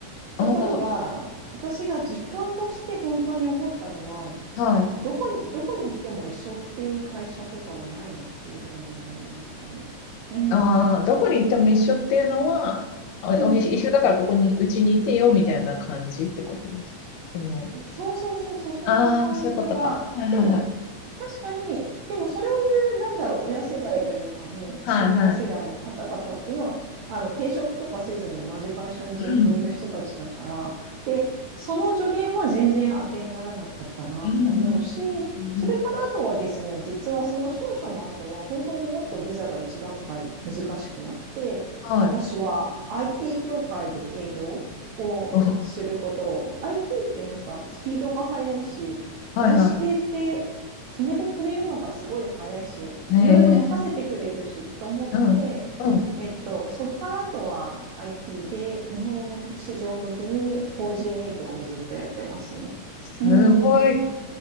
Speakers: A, on the left (about 80°); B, on the right (about 80°).
A: おー、
B: ところが、私が実感として本当に思ったのは、
A: はい。
B: どこに、どこに行っても一緒っていう会社とかはないなっていうふうに思いましたね。うん。
A: ああ、
B: う
A: どこに行っても一緒っていうのは、あおい一緒だからここに、
B: ん。
A: うちにいてよみたいな感じってことですかその、
B: そうそうそうそう、そんな感じとか、
A: ああ、そういうことか。はいはいはい。
B: でも、確かに、でもそれを言う、なんだろう、親世代というかね、
A: はいはい。
B: シニア世代の方々っていうのは、あの転職とかせずに同じ会社にずっといる人たちだから、
A: うん。
B: で、その助言は全然当てにならなかったなと思うし、
A: うん。うんう
B: それからあとはですね、実はその商社の後は、本当にもっとビザが一段階難しくなって、
A: んはい。
B: 私は IT 業界で営業をすることを、
A: お
B: IT ってなんかスピードが速いし、
A: はいは
B: 外資系って決めてくれるのがすごい早いし、
A: い。へえ。
B: いろいろ任せてくれるしと思って、
A: うん。うん。
B: えっと、そこからあとは IT で日本市場向けに法人営業をずっとやってますね。
A: すごい
B: うん。